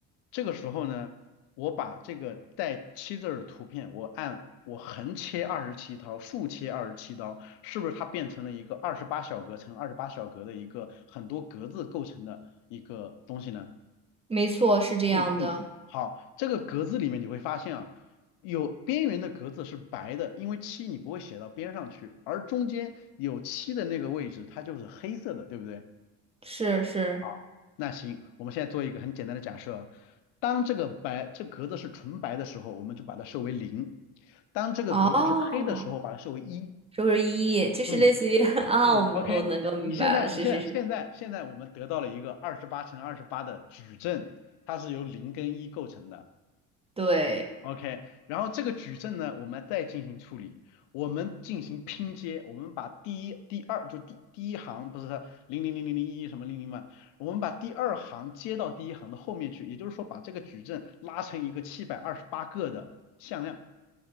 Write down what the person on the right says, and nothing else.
没错，是这样的，
是是，
哦，
周是一夜就是类似于
<laughs> 啊，
我明我能够明白了，
是是是，
对，